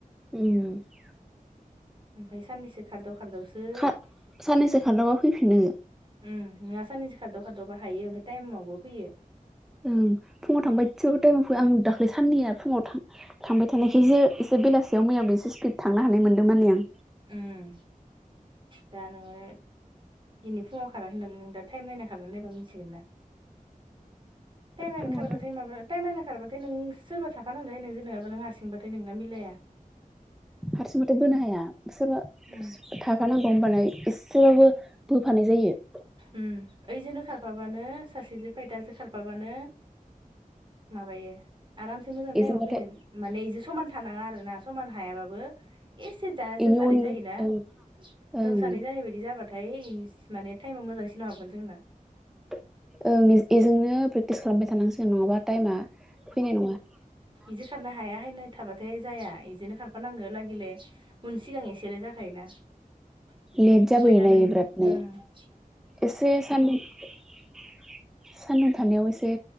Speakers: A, in the centre; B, on the right.
A: उम ।
B: ओमफाय साननैसो खारदाव खारदावसो
A: खा
B: ओम
A: साननैसो खारलांबा फैफिनो
B: नोंङा साननैसो खारदाव खारदावबा हायो ओमफाय टाइमावबो फैयो ।
A: ओम फुंङाव थांबा इदसे बाहों टाइमाव फैयो आं दाख्लै साननैया फुङाव थां थांबाय थानायखायसो एसे बेलासियाव मैयाबो एसे स्पिड थांनो हानाय मोनदों माने आं ।
B: उम । दिनै फुङाव खाराखै नामा नों दा टाइम नायना खारा नायबा मिथिगोन ना। टाइमआ
A: फुङावथ'
B: ओंखारबाथाय माबा टाइइम नायना माबा तायम नायना खारबाथाय नों सोरबा थाफानांगौवहाय नोंजो नङाबा नों हारसिंबा नाथाय नोंना मिलाया
A: हारसिं बाथाय बोनो हाया । सोरबा
B: उम
A: <unintelligible> थाफानांगौ होमबाना एसेबाबो बोफानाय जायो।
B: उ ओइजोनो खारफाबानो सासेजों फैदारजों खारफाबानो माबायो आरामसे मोजां
A: एजोंबाथाय
B: टाइमाव फैगोन माने इदि समान थानाङा आरो ना समान हायाबाबो एसे दा
A: बेनि
B: जों सानै
A: उन
B: जायोना
A: ओं
B: जों
A: ओं
B: सानै जानाय बायदि जाबाथाय माने मोजांसिनो हागोन जोंना । <unintelligible>
A: <inaudible> ओं बेजोंनो प्रेक्टिस खालामबाय थानांसिगोन नङाबा टाइमा फैनाय नङा
B: बिजो खारनो हाया हाय नों <unintelligible> थाबाथाय जाया, एजोनो खारफानांगो लागिले उन सिगां एसेल जाखायोना । <inaudible>
A: लेट जाबोयोना
B: ओम फ्राय दा नों
A: इयो
B: उ
A: बिरादनो एसे सानदु' <inaudible> सान्दुं थानायाव एसे